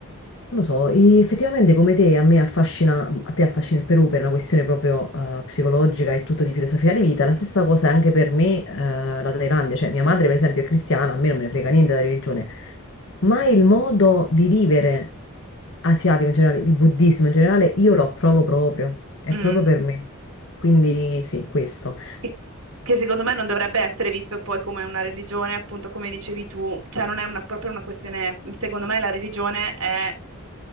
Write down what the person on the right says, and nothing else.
Mm.
che che secondo me non dovrebbe essere visto poi come una religione, appunto come dicevi tu, cioè non è una- proprio una questione, secondo me la religione è